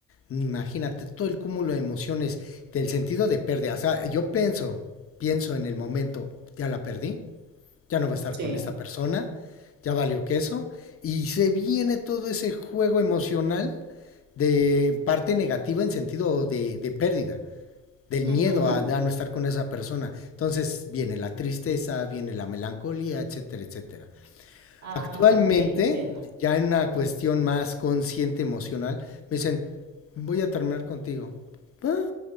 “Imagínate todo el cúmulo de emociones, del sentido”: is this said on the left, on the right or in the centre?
Left